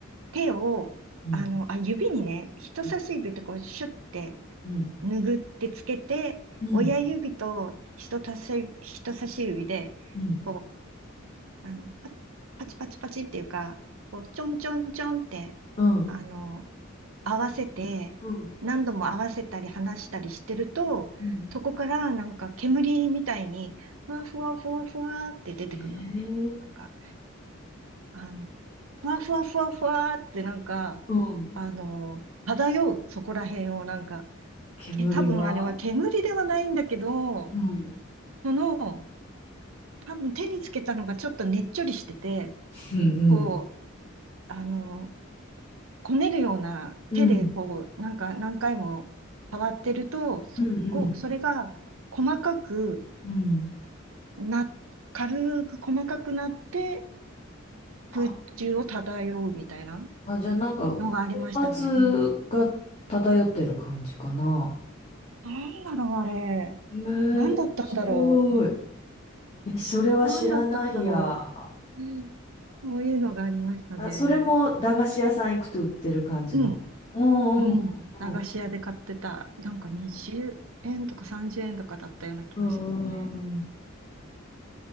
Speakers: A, on the right; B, on the left.
A: 手を、
B: うん、
A: あの、あ、指にね、人差し指ってこう、
B: う
A: シュッて、
B: ん、
A: 拭ってつけて、
B: うん、うん、
A: 親指と人差し、人差し指で、
B: うん、うん、
A: こう、あの、パパチパチパチっていうか、こう、ちょんちょんちょんって、
B: うん、
A: あの、合わせて、
B: うん。
A: 何度も合わせたり離したりしてると、
B: うん
A: そこからなんか煙みたいに、ふわふわふわふわって出てくるの。
B: えー、
A: なんか、あの、ふわふわふわふわってなんか、
B: うん。
A: あの、漂う、そこら辺をなんか、
B: 煙が
A: け、多分あれは煙ではないんだけど、
B: うん、
A: その、多分手につけたのがちょっとねっちょりしてて、
B: うん、うん、
A: こう、あの、こねるような手でこう、
B: うん、
A: なんか何回も触ってると、そこ、
B: うん、うん、
A: それが細かく
B: うん。
A: な、軽く細かくなって空中を漂うみたいな
B: あ、あじゃあなんか、
A: のがありましたね。
B: 粉末が漂ってる感じかな。
A: うん。なんだろう、あれ。
B: へえ、
A: なんだったんだろ
B: 面白い。えそれは知らないや。
A: う。なんだったんだろう。うんそういうのがありましたね。
B: あ、それも駄菓子屋さん行くと売ってる感じの。
A: うん。
B: うんうんうん
A: うん、駄菓子屋で買ってた、なんか20円とか30円とかだったような気がしますね。
B: うんうん